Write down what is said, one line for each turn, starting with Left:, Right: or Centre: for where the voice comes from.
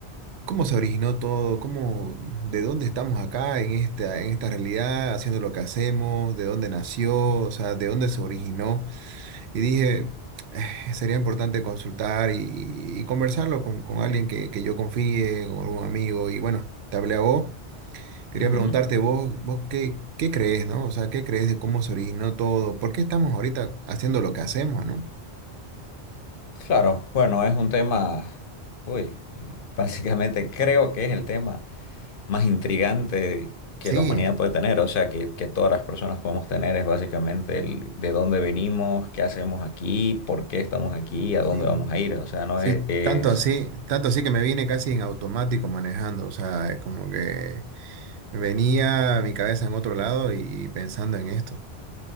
Right: cómo se originó todo, cómo, de dónde estamos acá en esta, en esta realidad, haciendo lo que hacemos, de dónde nació, o sea, de dónde se originó. Y dije, eh, sería importante consultar y, y- y conversarlo con, con alguien que, que yo confíe, con algún amigo, y bueno, te hablé a vos. Quería
Left: Ujú.
Right: preguntarte vos, vos qué, qué crees, ¿no? O sea, ¿qué crees de cómo se originó todo? ¿Por qué estamos ahorita haciendo lo que hacemos, ¿no?
Left: Claro, bueno, es un tema, uy, eh, básicamente creo que es el tema más intrigante que
Right: Sí,
Left: la humanidad puede tener, o sea, que, que todas las personas podemos tener es básicamente el de dónde venimos, qué hacemos aquí, por qué estamos aquí, a
Right: sí,
Left: dónde vamos a ir, o sea, no
Right: sí,
Left: es, es-
Right: tanto así, tanto así que me vine casi en automático manejando, o sea, es como que venía mi cabeza en otro lado y pensando en esto.